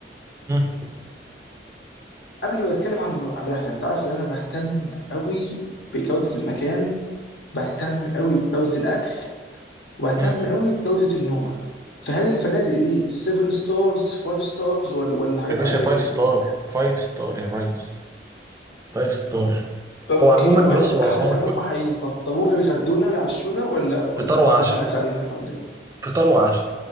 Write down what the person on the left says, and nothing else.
قبل ما اتكلم عن عن الرحله انت عارف ان انا بهتم قوي بجوده المكان بهتم قوي بجوده الاكل وبهتم
قوي بجوده النومه فهل الفنادق دي 7 ستارز 5 ستارز ولا ولا حاجات
عاديه
ولا
ايه
اوكي
وهل
هل, هل هم
هيفطرونا ويغدونا ويعشونا ولا ولا
ولا احنا الاكل علينا احنا ولا ايه